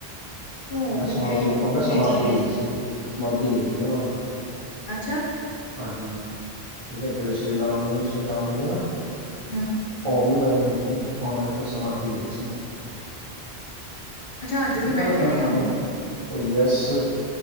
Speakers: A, on the left; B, on the right.
A: ਉਹ
B: ਉਹਨੇ
A: ਕਿੱਥੇ
B: ਸਮਾਧੀ, ਉਹਨੇ
A: ਕਿੱਥੇ
B: ਸਮਾਧੀ
A: ਚੱਲ ਗਿਆ
B: ਲਈ ਸੀ ਸਮਾਧੀ ਲਈ ਸੀ ਉਹਨਾਂ ਨੇ।
A: ਅੱਛਾ।
B: ਹਾਂਜੀ, ਠੀਕ ਹੈ, ਜਿਹੜੇ ਸ਼੍ਰੀ ਰਾਮ ਨੇ ਸ਼੍ਰੀ ਰਾਮ ਜੀ ਹਨਾ।
A: ਹਮ
B: ਉਹ ਵੀ ਮਰੇ ਨਹੀਂ ਸੀ ਉਹਨਾਂ ਨੇ ਵੀ ਸਮਾਧੀ ਲਈ ਸੀ
A: ਅੱਛਾ ਅੱਜ
B: ਸਾਡੀ
A: ਵੀ
B: ਗੱਲ
A: ਬੈਠੇ
B: ਸੁ
A: ਨੇ
B: ਸਾਨੂੰ।
A: ਉਹ
B: ਉਹ ਯੱਸ